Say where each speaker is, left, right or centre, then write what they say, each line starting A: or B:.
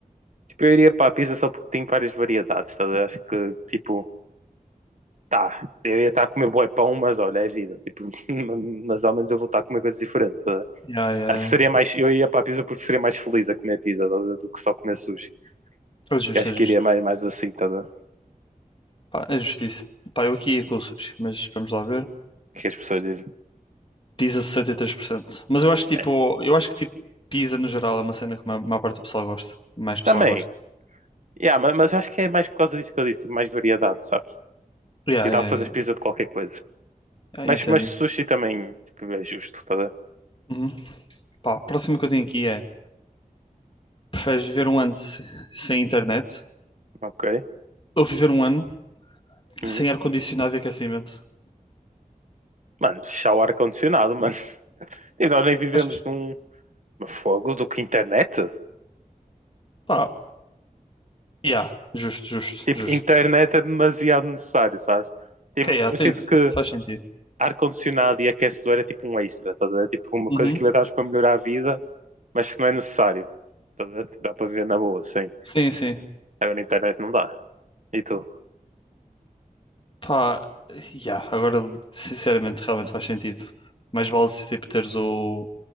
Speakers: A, on the right; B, on the left.
A: Tipo, eu iria para a pizza só porque tem várias variedades, tá? a ver? Acho que, tipo, tá, eu ia estar a comer bué pão, mas olha, é vida. Tipo, <laughs> mas ao menos eu vou estar a comer coisas diferentes, tá? a ver?
B: Yeah, yeah. yeah.
A: Acho que seria mais, eu ia para a pizza porque seria mais feliz a comer pizza tá? a ver? do que só comer sushi.
B: É justo,
A: Eu acho
B: é justo.
A: que iria mais, mais assim, tá? a ver?
B: Pá, é justiça. Pá, eu aqui ia com o sushi, mas vamos lá ver.
A: O que as pessoas dizem.
B: Pizza sessenta e três por cento Mas eu acho que
A: É.
B: tipo, eu acho que tipo, pizza no geral é uma cena que a maior maior parte do pessoal gosta. Mais pessoal
A: Também,
B: gosta.
A: yeah, ma- mas, acho que é mais por causa disso que eu disse, tipo, mais variedade, sabes?
B: Yeah,
A: Tipo, dá
B: yeah,
A: para fazer
B: yeah.
A: pizza de qualquer coisa.
B: Ah,
A: Mas,
B: Entendi.
A: mas sushi também, tipo, é justo, tá? a ver?
B: Uhum. Pá, a próxima que eu tenho aqui é. Preferes viver um ano se- sem internet
A: Ok.
B: ou viver um ano
A: Uhum.
B: sem ar-condicionado e aquecimento?
A: Mano, fechar o ar-condicionado, mano. E nós nem vivemos
B: Achas?
A: num fogo do que internet.
B: Pá, yeah, justo, justo,
A: Tipo,
B: justo.
A: internet é demasiado necessário, sabes? Tipo,
B: Ok, yeah,
A: eu
B: tem,
A: sinto que
B: faz sentido.
A: ar-condicionado e aquecedor é tipo um extra, estás a ver? Tipo, uma
B: Uhum.
A: coisa que inventaste para melhorar a vida, mas que não é necessário. Estás a ver? Tipo, dá para viver na boa, sim.
B: Sim, sim.
A: Agora, internet não dá. E tu?
B: Pá, yeah, agora, sinceramente, realmente faz sentido. Mais vale se tipo teres o,